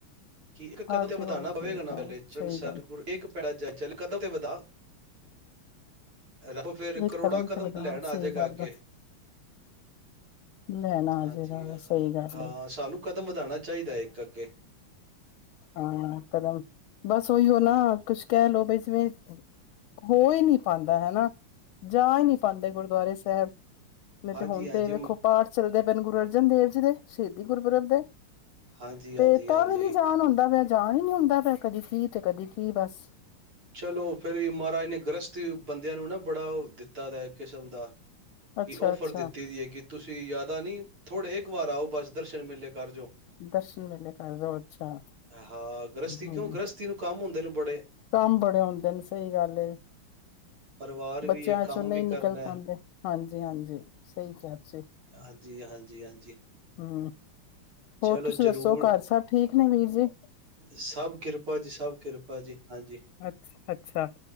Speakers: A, on the right; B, on the left.
A: ਕਿ ਇੱਕ ਕਦਮ
B: ਆਗੇ
A: ਤੇ ਵਧਾਣਾ
B: ਹੋਏ
A: ਪਏਗਾ
B: ਪਲੇਤ
A: ਨਾ
B: ਹੈ
A: ਪਹਿਲੇ ਚਰਨ
B: ਸਹੀ
A: ਸਰ
B: ਗੱਲ
A: ਗੁਰ। ਇਕ ਪੈਂਡਾ ਜਾਈ ਚੱਲ ਇਕ ਕਦਮ ਤੇ ਵਧਾ। ਰੱਬ ਫੇਰ
B: ਇੱਕ
A: ਕਰੋੜਾਂ ਕਦਮ
B: ਤੇ ਵਧਾ
A: ਲੈਣ ਆ
B: ਸਹੀ
A: ਜਾਏਗਾ
B: ਗੱਲ
A: ਅੱਗੇ
B: ਹੈ ਲੈਣਾ
A: ਹਾਂਜੀ
B: ਆ ਜੇਗਾ ਸਹੀ ਗੱਲ
A: ਹਾਂ
B: ਹੈ
A: ਸਾਨੂੰ ਕਦਮ ਵਧਾਣਾ ਚਾਹੀਦਾ ਹੈ ਇੱਕ ਅੱਗੇ।
B: ਹਾਂ ਕਦਮ ਬਸ ਉਹੀਓ ਨਾ ਕੁਛ ਕਹਿ ਲੋਓ ਬਈ ਜਿਵੇਂ ਹੋ ਹੀ ਨਹੀਂ ਪਾਂਦਾ ਹੈਨਾ। ਜਾ ਹੀ ਨਹੀਂ ਪਾਂਦੇ ਗੁਰਦੁਆਰੇ ਸਾਹਿਬ। ਨਹੀਂ
A: ਹਾਂਜੀ
B: ਤੇ ਹੁਣ
A: ਹਾਂਜੀ
B: ਤੇ ਵੇਖੋ ਪਾਠ ਚੱਲਦੇ। ਤੈਨੂੰ ਗੁਰੂ ਅਰਜਨ ਦੇਵ ਜੀ ਦੇ ਸ਼ਹੀਦੀ ਗੁਰਪੂਰਬ ਦੇ।
A: ਹਾਂਜੀ
B: ਤੇ
A: ਹਾਂਜੀ
B: ਤਾ
A: ਹਾਂਜੀ
B: ਵੀ ਨੀ ਜਾਣ ਹੁੰਦਾ ਪਯਾ। ਜਾਣ ਹੀ ਨੀ ਹੁੰਦਾ ਪੈ ਕਦੀ ਕੀ ਤੇ ਕਦੀ ਕੀ ਬਸ।
A: ਚਲੋ ਫੇਰ ਵੀ ਮਹਾਰਾਜ ਨੇ ਗ੍ਰਸਤੀ ਬੰਦਿਆਂ ਨੂੰ ਨਾ ਬੜਾ ਉਹ ਦਿੱਤਾ ਦਿੱਤਾ ਦਾ ਇੱਕ ਕਿਸਮ ਦਾ
B: ਅੱਛਾ
A: ਕਿ ਔਫਰ
B: ਅੱਛਾ
A: ਦਿੱਤੀ ਦੀ ਏ ਕਿ ਤੁਸੀਂ ਜਯਾਦਾ ਨੀ ਥੋੜੇ ਇੱਕ ਵਾਰ ਆਓ ਬਸ ਦਰਸ਼ਨ ਮੇਲੇ ਕਰ ਜਾਓ।
B: ਦਰਸ਼ਨ ਮੇਲੇ ਕਰ ਜੋ ਅਛਾ
A: ਹਾਂ ਗ੍ਰਸਤੀ
B: ਹੂੰ
A: ਕਿਉਂ ਗ੍ਰਸਤੀ ਨੂੰ ਕੰਮ ਹੁੰਦੇ ਨੇ ਬੜੇ
B: ਕੰਮ ਬੜੇ ਹੁੰਦੇ ਨੇ ਸਹੀ ਗੱਲ ਏ।
A: ਪਰਿਵਾਰ
B: ਬੱਚਿਆਂ
A: ਵੀ ਹੈ ਕੰਮ
B: ਚੋਂ ਨਹੀਂ
A: ਵੀ
B: ਨਿਕਲ
A: ਕਰਨਾ
B: ਪਾਦੇ।
A: ਹੈ।
B: ਹਾਂਜੀ, ਹਾਂਜੀ ਸਹੀ ਕਿਹਾ। ਤੁਸੀਂ
A: ਹਾਂਜੀ, ਹਾਂਜੀ, ਹਾਂਜੀ।
B: ਹਮ ਹੋਰ
A: ਚਲੋ
B: ਤੁਸੀਂ
A: ਜ਼ਰੂਰ।
B: ਦੱਸੋ ਘਰ ਸਭ ਠੀਕ ਨੇ ਵੀਰ ਜੀ
A: ਸਭ ਕਿਰਪਾ ਜੀ ਸਭ ਕਿਰਪਾ। ਜੀ ਹਾਂਜੀ।
B: ਅੱ ਅੱਛਾ